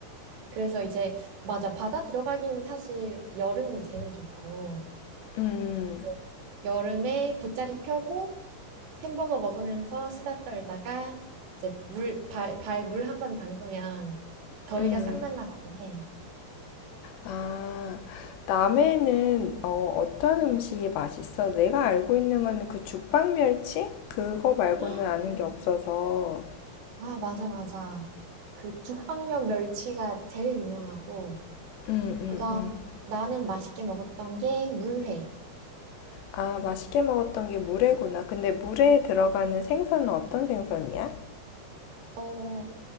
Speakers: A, on the right; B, on the left.
A: 그래서 이제, 맞아. 바다 들어가기는 사실 여름이 제일 좋고,
B: 음,
A: 이제 여름에 돗자리 펴고, 햄버거 먹으면서 수다 떨다가 이제 물, 발, 발 물 한 번 담그면 더위가
B: 음.
A: 싹 날라가긴 해.
B: 아, 남해는 어, 어떤
A: 음.
B: 음식이 맛있어? 내가 알고 있는 건 그 죽방멸치? 그거 말고는
A: 헉!
B: 아는
A: 음.
B: 게 없어서.
A: 아, 맞아, 맞아. 그 죽방면 멸치가 제일 유명하고,
B: 음, 음,
A: 그다음
B: 음.
A: 나는 맛있게 먹었던 게 물회.
B: 아, 맛있게 먹었던 게 물회구나. 근데 물회에 들어가는 생선은 어떤 생선이야?
A: 어,